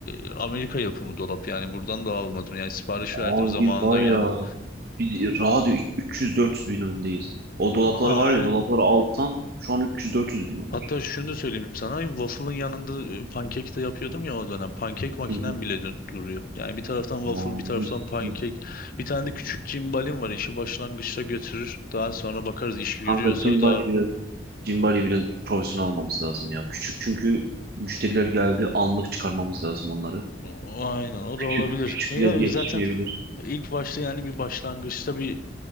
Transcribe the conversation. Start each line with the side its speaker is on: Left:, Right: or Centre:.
Left: e, Amerika yapımı dolap yani buradan da almadım. Yani sipariş verdiğim
Right: Abi
Left: zamanında
Right: biz var
Left: geldi.
Right: ya biz rahat 300-400 bin öndeyiz. O dolapları
Left: Aynen.
Right: var ya dolapları alttan şu an 300-400 bin onlar.
Left: Hatta şunu da söyleyeyim sana waffle'ın yanında e, pankek de yapıyordum ya o dönem. Pankek makinem
Right: Hı hı. hı.
Left: bile dö- duruyor. Yani bir taraftan waffle
Right: Aa,
Left: bir taraftan
Right: mis
Left: pankek.
Right: mis.
Left: Bir tane de küçük cimbalim var işi başlangıçta götürür. Daha sonra bakarız iş yürüyorsa
Right: Kanka Cimbali
Left: daha
Right: biraz Cimbali biraz profesyonel almamız lazım ya. Küçük çünkü müşteriler geldi anlık çıkarmamız lazım onları.
Left: aynen o
Right: Küçük
Left: da olabilir.
Right: küçük
Left: Ya
Right: biraz yetişmeyebilir.
Left: zaten ilk başta yani bir başlangıçta bir